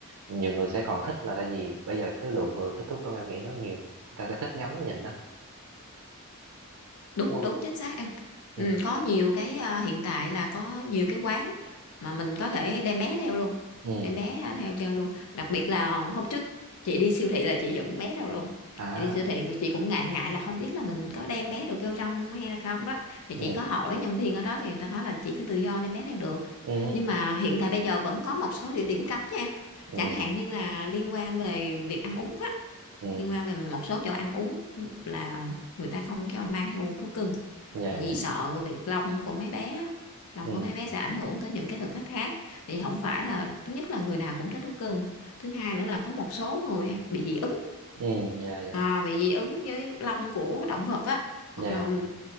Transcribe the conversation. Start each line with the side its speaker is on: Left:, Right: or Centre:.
Right: nhiều người sẽ còn thích là tại vì bây giờ cái lượng người thích thú cưng em nghĩ nó nhiều người ta sẽ thích ngắm nhìn đó
Left: đúng
Right: đúng không
Left: đúng chính xác em
Right: Ừ.
Left: ừ, có nhiều cái à, hiện tại là có nhiều cái quán mà mình có thể đem bé theo luôn
Right: ừ
Left: đem bé à, theo chơi luôn đặc biệt là hôm trước chị đi siêu thị là chị dẫn bé theo luôn
Right: à
Left: chị đi siêu thị chị cũng ngại ngại là không biết là mình có đem bé được vô trong hay là không đó thì
Right: ừ
Left: chị có hỏi nhân viên ở đó thì người ta nói là chị cứ tự do đem bé theo được
Right: ừ
Left: nhưng mà hiện tại bây giờ vẫn có một số địa điểm cấm nha em
Right: ừ
Left: chẳng hạn như là liên quan về việc ăn uống á
Right: ừ
Left: liên quan về một số chỗ ăn uống là người ta không cho mang theo thú cưng
Right: dạ
Left: tại vì
Right: dạ
Left: sợ việc lông của mấy bé á, lông
Right: ừ
Left: của mấy bé sẽ ảnh hưởng tới những cái thực khách khác thì không phải là thứ nhất là người nào cũng thích thú cưng thứ hai nữa là có một số người bị dị ứng
Right: ừ dạ dạ
Left: à, bị dị ứng với lông của động vật á
Right: dạ
Left: hoặc là